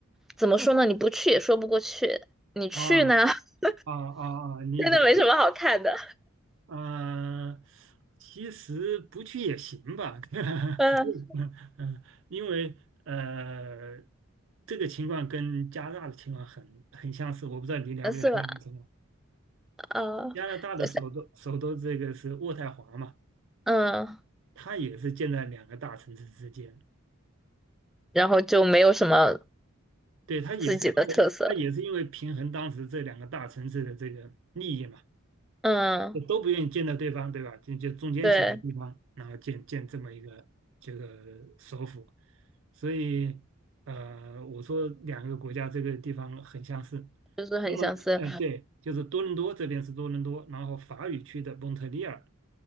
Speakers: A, in the centre; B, on the right (about 60°).
A: 怎么说呢？你不去也说不过去，你去呢，
B: 啊
A: <laughs>
B: 啊，哦哦，理解，
A: 真的没什么好看的。
B: 啊，其实不去也行吧，<laughs> 嗯嗯，
A: 嗯，
B: 因为呃这个情况跟加拿大的情况很很相似，我不知道你了不了解加拿大情况，
A: 呃是吧？呃，
B: 加拿大的首都首都这个是渥太华嘛。
A: 就是嗯，
B: 它也是建在两个大城市之间，
A: 然后就没有什么
B: 对，他也是因为他也是因为平衡当时这两个大城市的这个利益嘛，
A: 自己的特色，嗯，
B: 都不愿意见到对方，对吧？就就中间选个地方，
A: 对，
B: 然后建建这么一个这个首府，所以呃，我说两个国家这个地方很相似。
A: 就是很相似，
B: 那么，嗯、对，就是多伦多这边是多伦多，然后法语区的蒙特利尔，